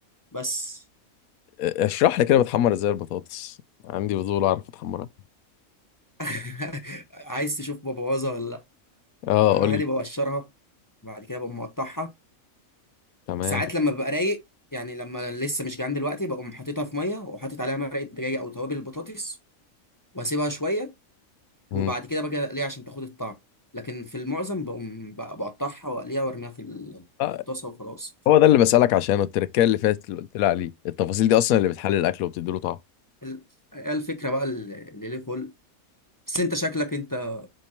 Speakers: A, on the left; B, on the left.
A: بس
B: أ- اشرح لي كده بتحمر ازاي البطاطس عندي فضول اعرف اتحمرها
A: <laughs> عايز تشوف ببوظها ولا لأ
B: اه
A: أنا
B: قول
A: عادي
B: لي
A: بقشرها بعد كده بقوم مقطعها
B: تمام
A: ساعات لما ببقى رايق يعني لما لسه مش جعان دلوقتي بقوم حاططها في ميه وحاطط عليها مرقه دجاج او توابل البطاطس واسيبها شويه وبعد
B: مم.
A: كده باجي اقليها عشان تاخد الطعم لكن في المعظم بقوم بق- بقطعها واقليها وارميها في ال-
B: آه،
A: الطاسه وخلاص
B: هو ده اللي بسالك عشانه التركيه اللي فاتت اللي قلت لي عليه التفاصيل دي اصلا اللي بتحلل الاكل وبتدي له طعم
A: ال- هي الفكره بقى اللي ليه خلق بس انت شكلك انت